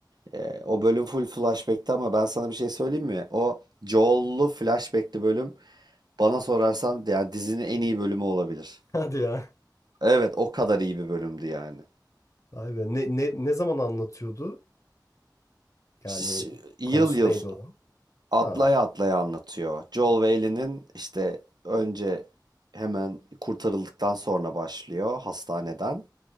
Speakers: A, on the right; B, on the left.
A: Ee, o bölüm full flashback'ti ama ben sana bir şey söyleyeyim mi? O Joel'lu flashback'li bölüm bana sorarsan yani dizinin en iyi bölümü olabilir.
B: Hadi ya.
A: Evet o kadar iyi bir bölümdü yani.
B: Vay be. Ne, ne, ne zaman anlatıyordu? Yani
A: Ş- ş- Yıl
B: konusu
A: yıl
B: neydi oranın?
A: atlaya
B: Ha.
A: atlaya anlatıyor. Joel ve Ellie'nin işte önce hemen kurtarıldıktan sonra başlıyor hastaneden.